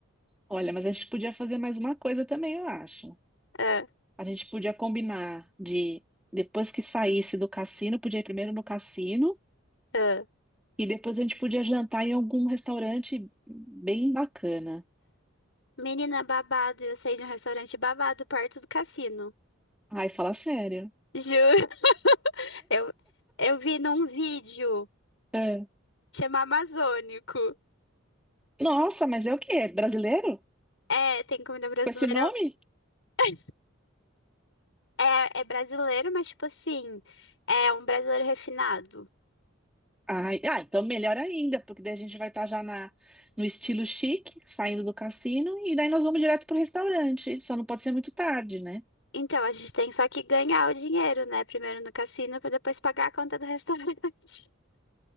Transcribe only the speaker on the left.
Ah,
ah.
Menina babado, eu saí de um restaurante babado perto do cassino.
Juro. <laughs> Eu, eu vi num vídeo,
chama Amazônico.
É, tem comida brasileira.
<laughs> É, é brasileiro, mas tipo assim, é um brasileiro refinado.
Então, a gente tem só que ganhar o dinheiro, né? Primeiro no cassino, pra depois pagar a conta do restaurante. <laughs>